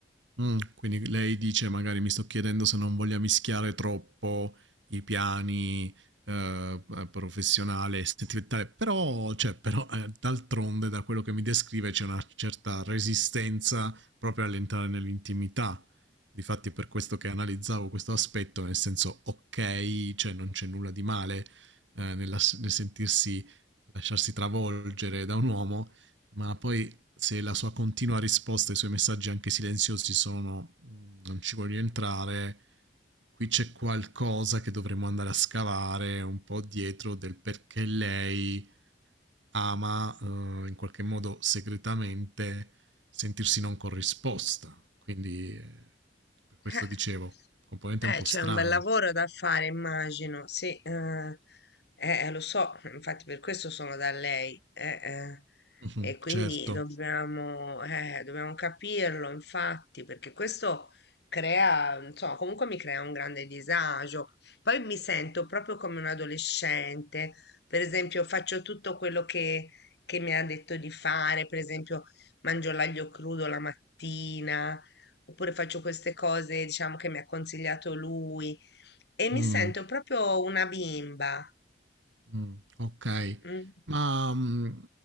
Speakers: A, on the right; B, on the left.
A: Mh, quindi lei dice: "Magari mi sto chiedendo se non voglia mischiare troppo i piani, ehm, p professionale e sentimentale", però cioè però, ehm, d'altronde da quello che mi descrive c'è una certa resistenza proprio all'entrare nell'intimità. Difatti per questo che analizzavo questo aspetto, nel senso: okay, cioè non c'è nulla di male, ehm, nella s nel sentirsi lasciarsi travolgere da un uomo, ma poi se la sua continua risposta ai suoi messaggi anche silenziosi sono "Mm, non ci voglio entrare, qui c'è qualcosa che dovremmo andare a scavare un po' dietro del perché lei ama eh, in qualche modo segretamente sentirsi non corrisposta. Quindi eh, per questo
B: Eh,
A: dicevo, componente
B: eh,
A: un po'
B: c'è
A: strana.
B: un bel lavoro da fare, immagino. Sì, eh, eh, eh, lo so, infatti per questo sono da lei. eh, eh,
A: Mhm,
B: e quindi
A: certo.
B: dobbiamo, eh, dobbiamo capirlo, infatti, perché questo crea, insomma, comunque mi crea un grande disagio. Poi mi sento proprio come un adolescente. Per esempio, faccio tutto quello che, che mi ha detto di fare, per esempio, mangio l'aglio crudo la mattina oppure faccio queste cose, diciamo, che mi ha consigliato lui e mi
A: Mm.
B: sento proprio una bimba,
A: Mh, okay.
B: mm.
A: Ma, mhmm,